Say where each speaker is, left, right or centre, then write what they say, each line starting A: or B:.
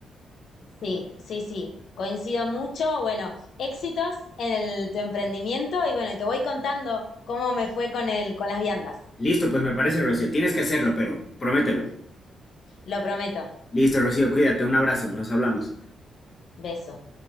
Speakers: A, on the left; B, on the left.
A: Sí, sí, sí, coincido mucho. Bueno, éxitos en el- tu emprendimiento y bueno, te voy contando cómo me fue con el, con las viandas.
B: Listo, pues me parece, Rocío, tienes que hacerlo, pero promételo.
A: Lo prometo.
B: Listo, Rocío, cuídate, un abrazo, nos hablamos.
A: Beso.